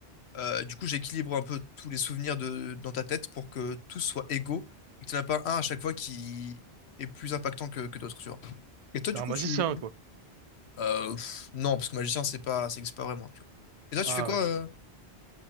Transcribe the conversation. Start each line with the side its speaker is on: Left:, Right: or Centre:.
Left: Euh, du coup, j'équilibre un peu tous les souvenirs de, dans ta tête pour que tous soient égaux et que tu n'en as pas un à chaque fois qui est plus impactant que, que d'autres, tu vois. Et toi,
Right: T'es
Left: du
Right: un
Left: coup,
Right: magicien,
Left: tu...
Right: quoi.
Left: Euh, pff, non, parce que magicien, c'est pas, ça existe pas vraiment, tu vois. Et toi,
Right: Ah
Left: tu fais quoi
Right: ouais, ça.
Left: euh,